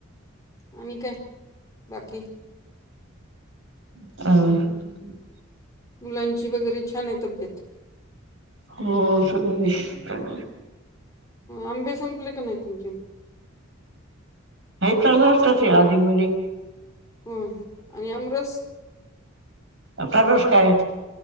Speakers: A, on the left; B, on the right.
A: आणि काय बाकी.
B: ह.
A: मुलांची वगैरे छान आहे तब्येत.
B: हो सगळे चांगल.
A: आंबे संपले. का तुमचे.
B: चालू असत. आधी मधी.
A: होय आणि आमरस?
B: आता कस काय